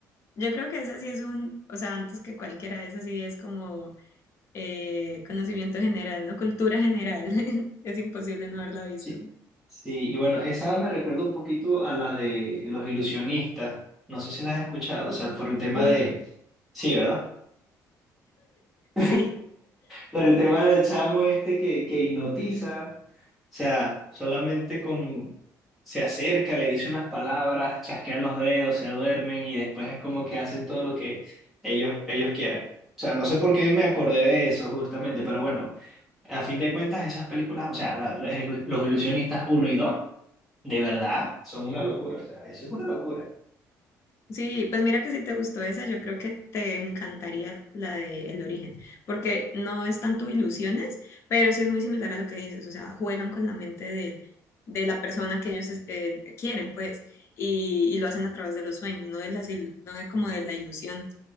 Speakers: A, on the left (about 45°); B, in the centre.
A: yo creo que ese sí es un, o sea, antes que cualquiera, ese sí es como eh, conocimiento general, ¿no? Cultura general. <laughs> Es imposible no haberla visto.
B: Sí, sí, y bueno, esa me recuerda un poquito a la de los ilusionistas. No sé si las has escuchado, o sea, por el tema
A: Uf,
B: de... Sí, ¿verdad? <laughs>
A: sí.
B: Por el tema del chamo este que, que hipnotiza, o sea, solamente con... Se acerca, le dice unas palabras, chasquean los dedos, se duermen y después es como que hacen todo lo que ellos, ellos quieran. O sea, no sé por qué me acordé de eso justamente, pero bueno, a fin de cuentas esas películas, o sea, la- la- los ilusionistas uno y 2. De verdad, son una locura, o sea, eso es una locura.
A: Sí, pues mira que si te gustó esa, yo creo que te encantaría la de El Origen, porque no es tanto ilusiones, pero sí es muy similar a lo que dices, o sea, juegan con la mente de, de la persona que ellos eh, quieren, pues, y, y lo hacen a través de los sueños, no de las, ilu- no de como de la ilusión